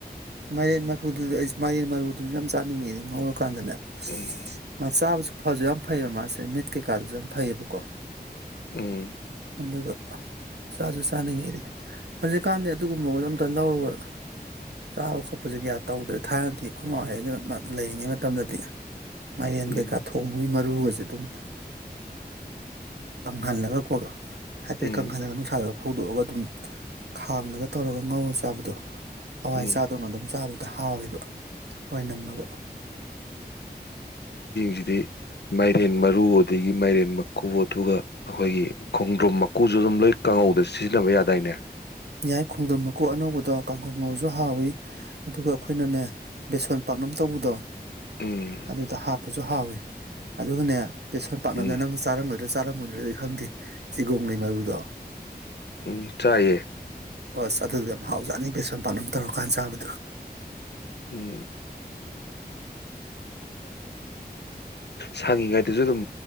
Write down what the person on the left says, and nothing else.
ꯎꯝ
ꯎꯝ
ꯎꯝ
ꯎꯝ
ꯎꯝ
ꯀꯤꯗꯤ ꯃꯩ ꯍꯊꯦꯟ ꯃꯔꯨ ꯑꯗꯒꯤ ꯃꯥꯏꯔꯦꯟ ꯃ ꯀꯕꯣꯊꯨꯒ ꯑꯩꯈꯣꯏꯒꯤ ꯈꯣꯡꯗ꯭ꯔꯣꯝ ꯃꯀꯨꯁꯨ ꯑꯗꯨꯝ ꯂꯣꯏ ꯀꯥꯡꯉꯧꯗ ꯁꯤꯖꯤꯟꯅꯕ ꯌꯥꯗꯥꯏꯅꯦ
ꯎꯝ
ꯎꯝ
ꯎꯝ ꯆꯥꯏꯌꯦ
ꯎꯝ ꯁꯪꯡꯉꯤꯉꯩꯗꯁꯨ ꯑꯗꯨꯝ